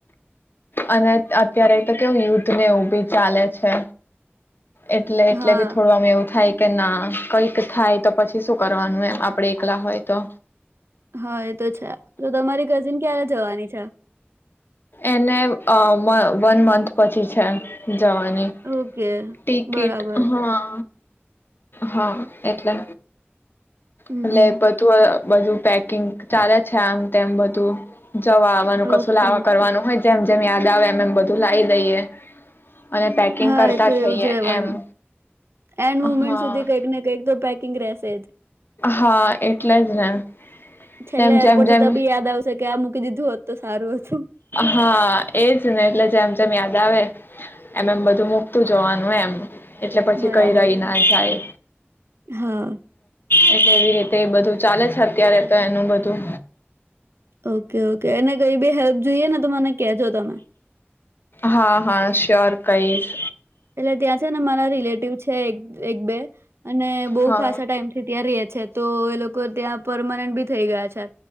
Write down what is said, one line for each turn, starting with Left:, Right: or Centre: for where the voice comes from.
Left: અને અત્યારે તો કેવું યુદ્ધ નેવ બી ચાલે છે એટલે એટલે
Right: હા
Left: બી થોડું આમ એવું થાય કે ના કઈક થાય તો પછી શું કરવાનું એમ આપડે એકલા હોય તો
Right: હા એ તો છે તો તમારી કઝિન ક્યારે જવાની છે
Left: એને અ મ વન મંથ પછી છે જવાની
Right: ઓકે
Left: ટિકિટ
Right: બરાબર
Left: હા હા એટલે
Right: હમ
Left: એટલે
Right: હમ
Left: બધું બધું પેકિંગ ચાલે છેમ તેમ બધું જવા આવવાનું કશું
Right: ઓકે
Left: લાવ કરવાનું હોય જેમ જેમ યાદ આવે એમ અમેમ બધું લાવી દઈએ અને પેકિંગ
Right: હા
Left: કરતા
Right: એ તો
Left: થઈએ
Right: એવું જ રવાનું
Left: એમ
Right: એન્ડ
Left: હા
Right: મુમેન્ટ સુધી કંઈક ને કંઈક તો પેકિંગ ર થદ <unintelligible>
Left: હા એટલે જ ને
Right: છેલ્લે
Left: તેમમ જેમ
Right: એરપોર્ટ
Left: જેમ
Right: જતા બી યાદ આવશે કે આ મૂકી દીધું હોત તો સારું હતું
Left: હા એજ ને એટલે જેમ જેમ યાદ આવે એમ એમ બધું મુકતું જવાનું એમ એટલે પછી
Right: બરાબર
Left: કઈ રહી
Right: છે
Left: ના થાય
Right: હા
Left: એટલે એવી રીતે એ બધું ચાલે છે અત્યારે તો એનું બધું
Right: ઓકે ઓકે એને કઈ બી હેલ્પ જોઈએ ને તો મને કજો તમે
Left: હા હા શ્યોર કઈશ
Right: એટલે ત્યાં છે ને મારા રિલેટિવ છે છે એક એક બે અને બહુ
Left: હા
Right: ખાસા ટાઈમ થી ત્યાં રે છે તો એ લોકો ત્યાં પરમાનન્ટ બી થઈ ગયા છે